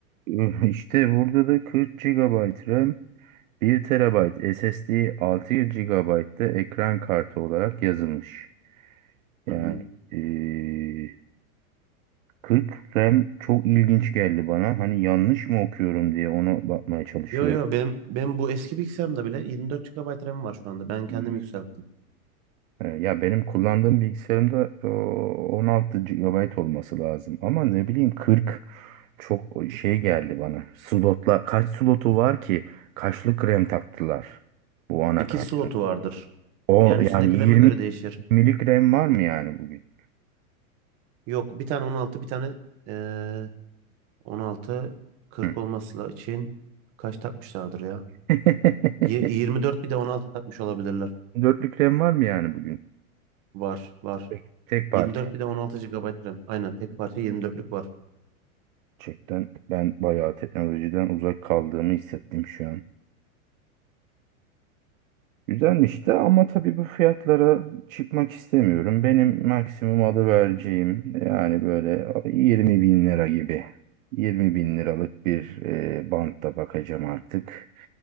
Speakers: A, on the right (about 70°); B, on the right (about 40°).
A: <laughs> işte burada da 40 GB RAM 1 TB SSD 6 gigabayt da ekran kartı olarak yazılmış.
B: <laughs>
A: Yani eee, 40 RAM çok ilginç geldi bana. Hani yanlış mı okuyorum diye ona bakmaya çalışıyorum.
B: Yo yo benim benim bu eski bilgisayarımda bile 24 GB RAM var şu anda. Ben kendim
A: Hmm.
B: yükselttim.
A: Ee, Ya benim kullandığım bilgisayarımda e, 16 gigabayt olması lazım. Ama ne bileyim 40 çok şey geldi bana. Slotla kaç slotu var ki? Kaçlık RAM taktılar bu anakartın?
B: İki slotu vardır.
A: O
B: Yani üstündeki
A: yani 20
B: RAM'e göre değişir.
A: 20'lik RAM var mı yani bugün?
B: Yok bir tane 16 bir tane eee 16 40
A: Hı.
B: olması la- için kaç takmışlardır ya?
A: <laughs>
B: Ye- 24 bir de 16 takmış olabilirler.
A: Dörtlük RAM var mı yani bugün?
B: Var var.
A: Tek, tek parça.
B: 24
A: Yok,
B: bir de 16 GB RAM. Aynen tek parça 24'lük var.
A: Gerçekten ben bayağı teknolojiden uzak kaldığımı hissettim şu an. Güzelmiş de ama tabii bu fiyatlara çıkmak istemiyorum. Benim maksimum alı vereceğim yani böyle 20 bin lira gibi. 20 bin liralık bir e, bantta bakacağım artık.